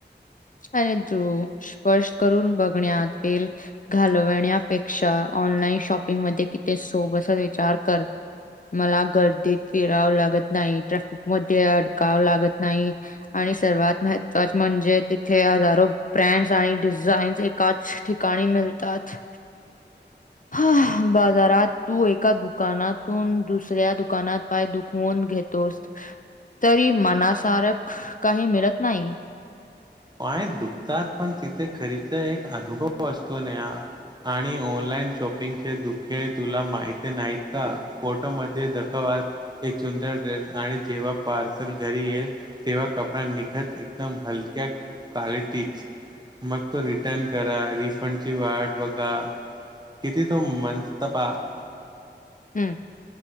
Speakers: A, on the left; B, on the right.
A: आणि तू, स्पर्श करून बघण्यात एल घालवण्यापेक्षा, ऑनलाईन शॉपिंग मध्ये किती सोब विचार कर. मला गर्दीत फिरावं लागत नाही तर मध्ये अडकाव लागत नाही, आणि सर्वात महत्वाच म्हणजे इथे हजारो ब्रँड्स आणि डिझाईन्स एकाच ठिकाणी मिलतात.
B: ह <unintelligible> <inaudible>
A: ह, बाजारात तू एका दुकानातून दुसऱ्या दुकानात पाय दुखवून घेतोस, तरी मनासारक काही मिळत नाही.
B: पाय दुखतात, पण तिथे खरीदीचा एक अनुभव असतो न आणि ऑनलाइन शॉपिंगचे दुखे तुला माहित नाहीत का? फोटोमध्ये दखवत एक सुंदर ड्रेस, आणि जेव्हा पार्सल घरी ये तेव्हा कपडा निघत, एकदम हलक्या क्वालिटीच. मग तो रिटर्न करा, रिफंड ची वाट बघा. किती तो <unintelligible>
A: हम्म!